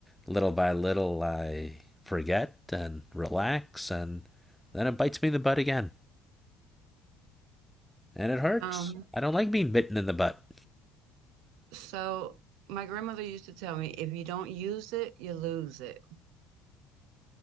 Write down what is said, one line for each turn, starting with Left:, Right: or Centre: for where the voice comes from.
Centre: little by little, I forget and relax, and then it bites me in the butt again, and it hurts.
Right: Um,
Centre: I don't like being bitten in the butt.
Right: so my grandmother used to tell me, if you don't use it, you lose it.